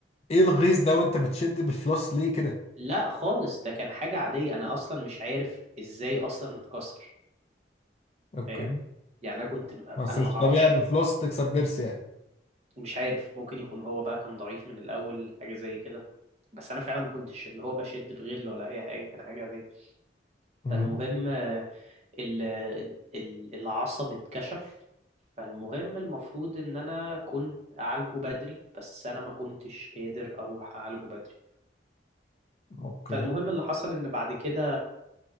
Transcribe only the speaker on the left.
ايه الغيظ ده وانت بتشد بالفلوس ليه كده
اوكي
بس
مش
طبيعي بالفلوس تكسر ضرس يعني
مم.
اوكي